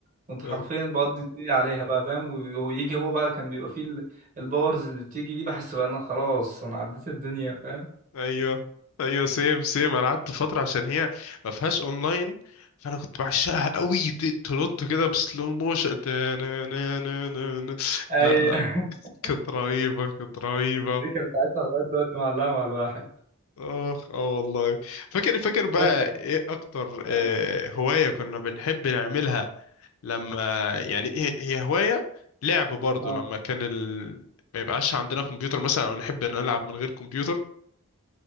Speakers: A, on the right; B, on the left.
A: كنت
B: اه
A: حرفيا بقضي الدنيا عليها بقى فاهم ويجي هو بقى كان بيبقى فيه ال- الباورز اللي بتيجي دي بحس بقى انا خلاص انا عديت الدنيا فاهم
B: ايوه ايوه سيم سيم انا قعدت فترة عشان هي ما فيهاش اونلاين فانا كنت بعشقها قوي ت- تنط كده بسلو موشن تا- نا- نا- نا- نا- نا.
A: ايوه
B: لا لا
A: <laughs>
B: كانت رهيبة كانت رهيبة
A: دي كانت ساعتها لغايه دلوقتي معلقه مع الواحد
B: اخ اه والله فاكر فاكر بقى
A: فاكر
B: ايه اكتر آه،
A: اه
B: هواية كنا بنحب نعملها لما يعني هي هي هواية لعب برضه
A: اه
B: لما كان ال... ما يبقاش عندنا كمبيوتر مثلا او نحب نلعب من غير كمبيوتر